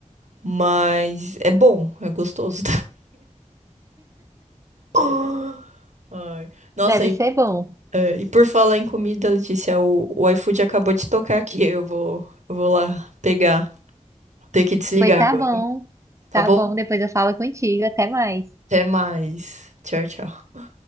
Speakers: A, on the right; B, on the right.
A: mas é bom, é gostoso. <laughs> Ai. Nossa,
B: Deve
A: e,
B: ser bom.
A: é, e por falar em comida, Letícia, o, o iFood acabou de tocar aqui. Eu vou, eu vou lá pegar. Ter que desligar
B: Pois tá
A: agora.
B: bom.
A: Tá
B: Tá
A: bom?
B: bom, depois eu falo contigo. Até mais.
A: Até mais. Tchau, tchau.